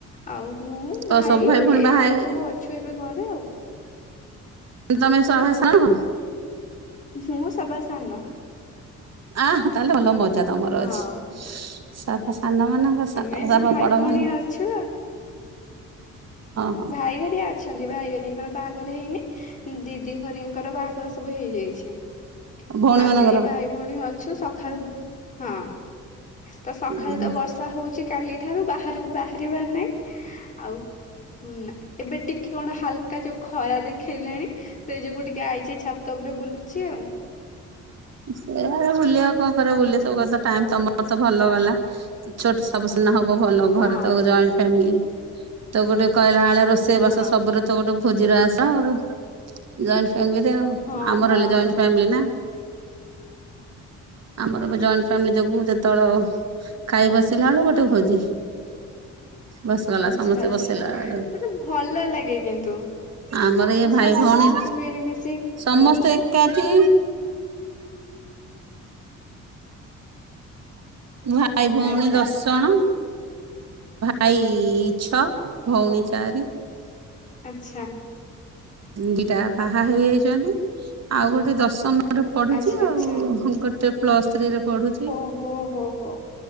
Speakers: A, on the left; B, on the right.
A: ଆଉ ମୁଁ
B: ତ
A: ଭାଇ
B: ସବୁ ଭଉଣୀ
A: ଏଇମାନେ
B: ବାହା ହେଇ
A: ସବୁ ଅ ଛୁ ଏବେ ଘରେ ଆଉ।
B: ତମେ ସଭା ସାନ?
A: ମୁଁ ସବା ସାନ
B: ଆହ୍ ତାହେଲେ ଭଲ ମଜା ତମର
A: ହଁ।
B: ଅଛି। ସଭା ସାନ ମାନଙ୍କ
A: ଆମେ
B: <unintelligible>
A: ଏବେ ଭାଇ
B: ବଡ
A: ଭଉଣୀ
B: ମାନଙ୍କ
A: ଅଛୁ
B: ହଁ।
A: ଭାଇଘରିଆ ଅଛନ୍ତି ଭାଇଘରିଆଙ୍କର ବାହାଘର ହେଇନି। ଦି ଦି ଘରିଆ ଙ୍କର ବାହାଘର ସବୁ ହେଇଯାଇଛି। ତ
B: ଭଉଣୀ
A: ଆମେ
B: ମାନଙ୍କର
A: ଏଇ ଭାଇ ଭଉଣୀ ଅଛୁ ସକାଳୁ ହଁ। ତ ସଖାଳୁ
B: ସେଇଠୁ
A: ତ ବର୍ଷା ହଉଛି କାଲି ଠାରୁ ବାହାରକୁ ବାହାରିବାର ନାହିଁ। ଆଉ ନା। ଏବେ ଟିକେ କଣ ହାଲକା ଯୋଉ ଖରା ଦେଖେଇଲାଣି ସେ ଯୋଗୁ ଟିକେ ଆଇଛି ଛାତ ଉପରେ ବୁଲୁ ଛି ଆଉ।
B: ସେଆ ବୁଲିବା କଣ କରିବା ବୁଲିବା ସବୁ କଥା ଟାଇମ୍ ତମର ତ ଭଲ ଗଲା। ଛୋଟ ସବୁ ସିନା ହବ ଭଲ ଘରେ
A: ହଁ
B: ତ ଜଏଣ୍ଟ ଫ୍ୟାମିଲି ତ ଗୋଟେ କହିଲା ବ <unintelligible> ସେ
A: ହଁ
B: ବର୍ଷ ସବୁରେ ତ ଗୋଟେ ଭୋଜିର ଆଶା ଆଉ ଜଏଣ୍ଟ ଫ୍ୟାମିଲିରେ ଆଉ
A: ହଁ
B: ଆମର
A: ହଁ
B: ହେଲେ ଜଏଣ୍ଟ ଫ୍ୟାମିଲି ନା ଆମର ବି ଜଏଣ୍ଟ ଫ୍ୟାମିଲି ଯୋଗୁ ଯେତେବେଳେ ଖାଇ ବସିଲା ବେଳୁ ଗୋଟେ ଭୋଜି ବସି ଗଲା
A: ଆଚ୍ଛା
B: ସମସ୍ତେ
A: ଆଚ୍ଛା।
B: ବସେଇଲା ଆ
A: ସେତ ଭଲ ଲାଗେ କିନ୍ତୁ
B: ଆମର
A: ମାନେ
B: ଏ ଭାଇ
A: ସମସ୍ତଙ୍କ
B: ଭଉଣୀ
A: ସହିତ ମିଳିମିଶି
B: ସମସ୍ତେ
A: ହଁ।
B: ଏକାଠି ଭାଇ ଭଉଣୀ
A: ଆଜ୍ଞା
B: ଦଶ ଜଣ ଭାଇ ଛଅ ଭଉଣୀ ଚାରି
A: ଆଛା।
B: ଦିଟା ବାହା ହେଇଯାଇଛନ୍ତି ଆଉ ଗୋଟେ ଦଶମ ମୋର ପଢୁଛି
A: ଆଚ୍ଛା
B: ଆଉ
A: ଆଚ୍ଛା
B: ଗୋଟେ ପ୍ଲସ୍ ଥ୍ରୀରେ ପଢୁଛି
A: ଓହୋ ହୋ ହୋ।